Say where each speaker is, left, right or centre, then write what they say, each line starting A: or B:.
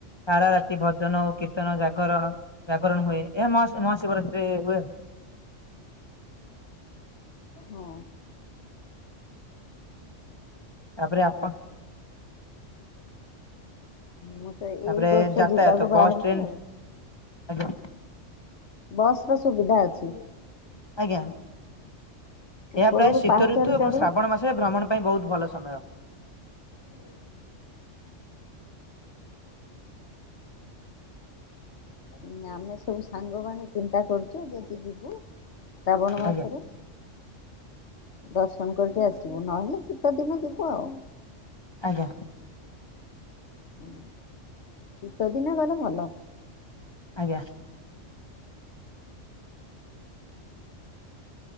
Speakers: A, on the left; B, on the left.
A: ସାରା ରାାତି ଭଜନ କୀର୍ତ୍ତନ ଜାଗରଣ ବ୍ୟାକରଣ ହୁଏ ଏହା ମାସ ମାହା ଶିବରାତ୍ରରେ ହୁଏ ଆଉ
B: ହଁ
A: ତାପରେ ଆପଣ
B: ହଁ। ମୁଁ ତ ଏଇ
A: ତାପରେ
B: ବର୍ଷ
A: ଯାତାୟାତ
B: ଯିବାକୁ ବାହାରିଛି
A: ବସ୍ ଟ୍ରେନ
B: ଆଉ।
A: ଆଜ୍ଞା
B: ବସ ର ସୁବିଧା ଅଛି।
A: ଆଜ୍ଞା ଏହା
B: ଉପରକୁ
A: ପ୍ରାୟ ଶୀତ
B: ପାହାଚରେ
A: ଋତୁ ଏବଂ
B: ଚଢୁ
A: ଶ୍ରାବଣ ମାସ ସେ ଭ୍ରମଣ ପାଇଁ ବହୁତ ଭଲ ସମୟ।
B: ହୁଁ ଁ ଆମେ ସବୁ ସାଙ୍ଗମାନେ ଚିନ୍ତା କରୁଛୁ ଯେତି ଯିବୁ ଶ୍ରାବଣ ମାସରେ
A: ଆଜ୍ଞା
B: ଦର୍ଶନ କରିକି ଆସିବୁ ନହେଲେ ଶୀତ ଦିନ ଯିବୁ ଆଉ।
A: ଆଜ୍ଞା
B: ହୁଁ ଶୀତ ଦିନ ଗଲେ ଭଲ।
A: ଆଜ୍ଞା